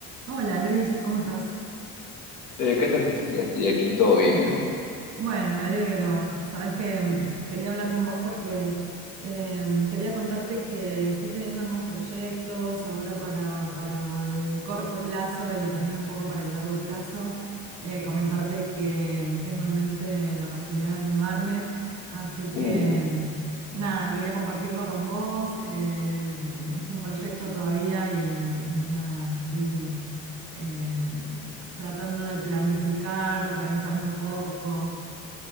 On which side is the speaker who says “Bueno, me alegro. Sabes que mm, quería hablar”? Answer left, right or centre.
Right